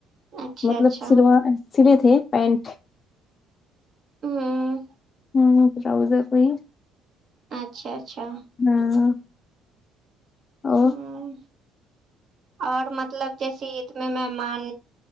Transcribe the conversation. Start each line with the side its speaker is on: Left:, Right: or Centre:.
Right: اچھا
Left: مطلب
Right: اچھا
Left: سلوا سیلے تھے پینٹ
Right: ھمم
Left: ہوں ٹراؤزر وہی
Right: اچھا اچھا
Left: ہاں اور
Right: ہوں اور مطلب جیسے عید میں مہمان